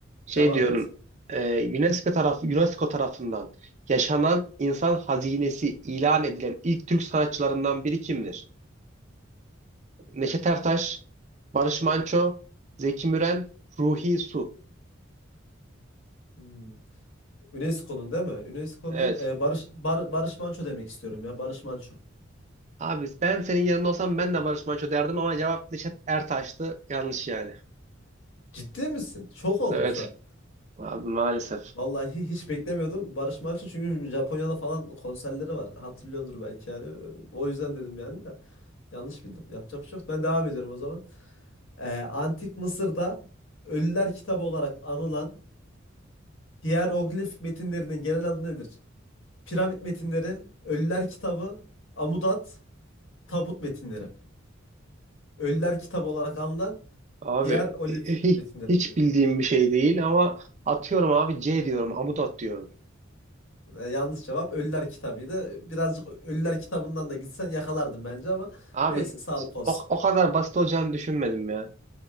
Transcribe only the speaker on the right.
Şey
diyorum.
e, UNESCO taraf UNESCO tarafından yaşanan insan hazinesi ilan edilen ilk Türk sanatçılarından biri kimdir? Neşet Ertaş, Barış Manço, Zeki Müren, Ruhi Su.
Evet,
Abi ben senin yerinde olsam ben de Barış Manço derdim ama cevap Neşet Ertaş'tı. Yanlış yani.
Evet.
Abi maalesef.
Abi
hiç,
hiç
bildiğim
bir şey değil ama atıyorum abi C diyorum. Amudat diyorum.
Abi
o, o kadar basit olacağını düşünmedim ya.